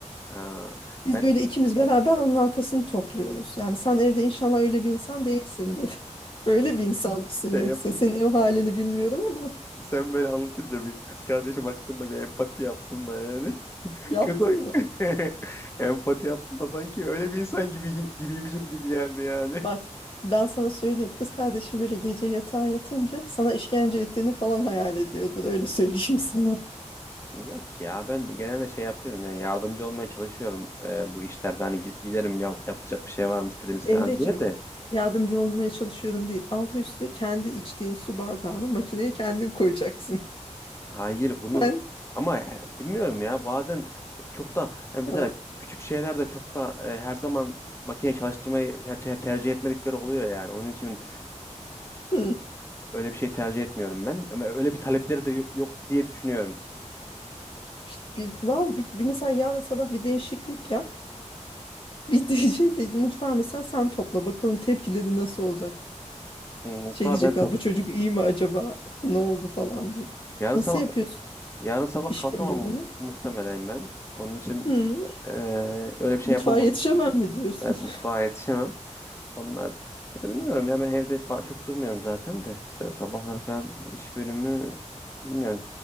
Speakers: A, on the left; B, on the left.
A: Ha,
B: Biz
A: ben
B: böyle ikimiz beraber onun arkasını topluyoruz. Yani sen evde inşallah öyle bir insan değilsindir. <laughs> Öyle bir insan mısın
A: şey
B: yoksa?
A: yap
B: Senin ev halini bilmiyorum ama
A: Sen böyle anlatınca bir kız kardeşim hakkında bir empati yaptım da yani. <laughs>
B: <laughs> yaptın
A: Kötü
B: mı?
A: <laughs> empati yaptım da sanki öyle bir insan gibi gibiymişim gibi geldi yani.
B: Bak ben sana söyleyeyim. Kız kardeşim böyle gece yatağa yatınca sana işkence ettiğini falan hayal ediyordur. Öyle söyleyeyim <laughs> sana.
A: Yok ya ben genelde şey yapıyorum yani yardımcı olmaya çalışıyorum e, bu işlerde hani gi- giderim yap- yapılacak bir şey var mı istediğiniz
B: Emreciğim,
A: falan diye de
B: yardımcı olmaya çalışıyorum değil. Altı üstü kendi içtiğin su bardağını makineye kendin koyacaksın.
A: hayır bunu
B: <laughs> Ben
A: ama e, bilmiyorum ya bazen çok da yani mesela
B: hı,
A: küçük şeyler de çok da e, her zaman makine çalıştırmayı ter- ter- tercih etmedikleri oluyor yani onun için
B: hı.
A: Öyle bir şey tercih etmiyorum ben. Ama öyle bir talepleri de yo- yok diye düşünüyorum.
B: İşte bir, var, bir, bir mesela yarın sabah bir değişiklik yap. Bir <laughs> diyecek de mutfağı mesela sen topla bakalım tepkileri nasıl olacak.
A: Mutlaka
B: Şey diyecekler
A: ben top.
B: bu çocuk iyi mi acaba <laughs> ne oldu falan diye.
A: Yarın
B: Nasıl
A: sabah
B: yapıyorsun
A: yarın sabah
B: iş
A: kalkamam
B: bölümünü?
A: mu- muhtemelen ben. Onun için
B: Hı,
A: eee, öyle bir şey
B: mutfağa
A: yapamam.
B: yetişemem mi diyorsun?
A: Evet,
B: <laughs>
A: mutfağa yetişemem. Onlar ya bilmiyorum ya ben evde ba- çok durmuyorum zaten de işte sabahlar falan iş bölümü bilmiyorum.